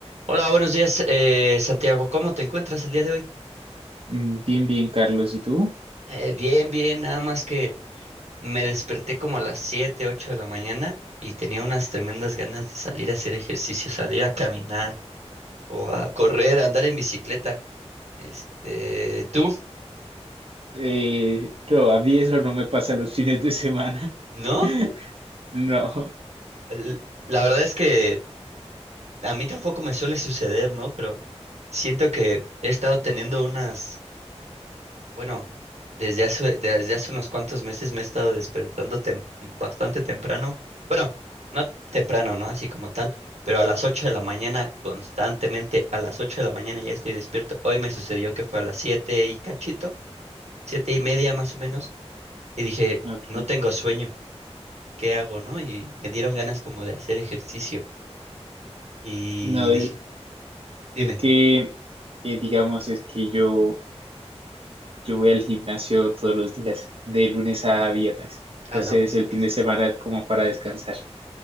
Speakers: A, on the right; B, on the right.
A: Hola, buenos días, eh, Santiago. ¿Cómo te encuentras el día de hoy?
B: Mm, Bien, bien, Carlos, ¿y tú?
A: Eh, bien, bien, nada más que me desperté como a las 7, 8 de la mañana y tenía unas tremendas ganas de salir a hacer ejercicio, salir a caminar o a correr, a andar en bicicleta. Este, ¿tú?
B: Eh, no, a mí eso no me pasa los <laughs> fines de semana.
A: ¿No?
B: <laughs> No.
A: El- La verdad es que a mí tampoco me suele suceder, ¿no? Pero siento que he estado teniendo unas, bueno, Desde hace, desde hace unos cuantos meses me he estado despertando tem- bastante temprano. Bueno, no temprano, ¿no? Así como tal, pero a las 8 de la mañana, constantemente, a las 8 de la mañana ya estoy despierto. Hoy me sucedió que fue a las 7 y cachito, siete y media más o menos, y dije,
B: Ok.
A: no tengo sueño, ¿qué hago, no? Y me dieron ganas como de hacer ejercicio. Y
B: No,
A: dije,
B: es,
A: dime,
B: es que, eh, digamos, es que yo, yo voy al gimnasio todos los días, de lunes a viernes. Entonces,
A: ah, no, pues
B: el
A: con
B: fin
A: razón.
B: de semana es como para descansar.